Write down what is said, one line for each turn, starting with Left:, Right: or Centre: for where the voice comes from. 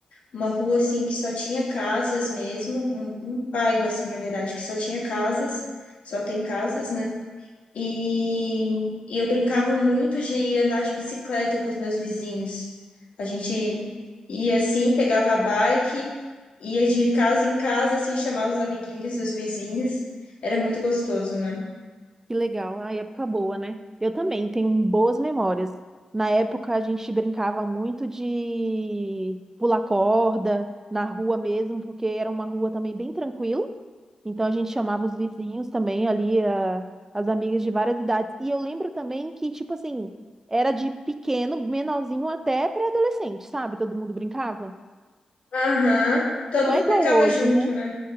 Left: Uma rua assim que só tinha casas mesmo, um, um bairro assim, na verdade, que só tinha casas, só tem casas, né? E, e eu brincava muito de andar de bicicleta com os meus vizinhos. A gente ia assim, pegava a bike, ia de casa em casa, assim, chamar os amiguinhos, os vizinhos. Era muito gostoso, né?
Right: Que legal, a época boa, né? Eu também tenho boas memórias. Na época a gente brincava muito de pular corda na rua mesmo, porque era uma rua também bem tranquila. Então a gente chamava os vizinhos também ali, a- as amigas de várias idades. E eu lembro também que, tipo assim, era de pequeno, menorzinho até pré-adolescente, sabe? Todo mundo brincava.
Left: Aham. Todo
Right: Não é
Left: mundo
Right: igual
Left: brincava
Right: hoje,
Left: junto,
Right: né?
Left: né?